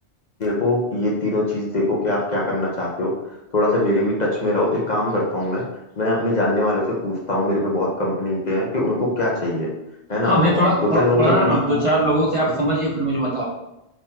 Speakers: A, on the left; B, on the right.
A: देखो कि ये तीनों चीज देखो कि आप क्या करना चाहते हो थोड़ा सा मेरे भी टच में रहो एक काम करता हूँ मैं मैं अपने जानने वालों से पूछता हूँ मेरे पे बहुत कंपनी के हैं कि उनको क्या चाहिए है ना
B: हाँ भैया
A: और
B: थोड़ा थो,
A: दो चार लोगों
B: थोड़ा
A: से पूछता
B: ना दो
A: हूँ
B: चार लोगों से आप
A: है
B: समझिए
A: ना?
B: फिर मुझे बताओ